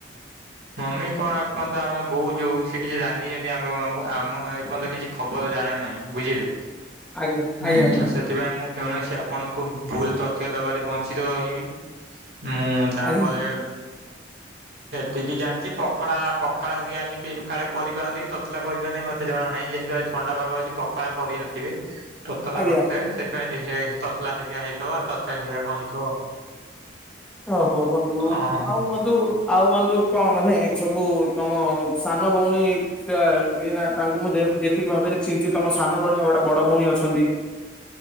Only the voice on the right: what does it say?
ମମି କଣ ଏପର୍ଯ୍ୟନ୍ତ ଆମର ବୋଉ ଯୋଉ ସେ କିଛି ରାନ୍ଧିଛନ୍ତି ଆମ ମ ଆମ ଏପର୍ଯ୍ୟନ୍ତ କିଛି ଖବର ଜାଣେ ନାହିଁ ବୁଝିଲେ
ହୁଁ
ସେଥିପାଇଁ ମୁଁ କୌଣସି ଆପଣଙ୍କୁ ଭୁଲ ତଥ୍ୟ ଦେବାରେ ବଞ୍ଚିତ ରହିବି ମୁଁ ତାପରେ
କିିକି ଜାଣିଛି ପଖଳା ପଖାଳ ହେବି ଆଜି କି କାଳେ କରିପାରନ୍ତି କି ତତଲା କରିପାରନ୍ତି ମତେ ଜଣା ନାହିଁ ଯେହେତୁ ଆ ଥଣ୍ଡା ପାଗ ଅଛି ପଖାଳ କରିନଥିବେ ତତଲା
କରିଥିବେ। ସେଥିପାଇଁ ଦେଖେ ତତଲା ହେରିଆ ହେଇଥିବ ତରକାରୀ ହେରିଆ କଣ ହେଇଥିବ ଆଉ।
ଓହୋ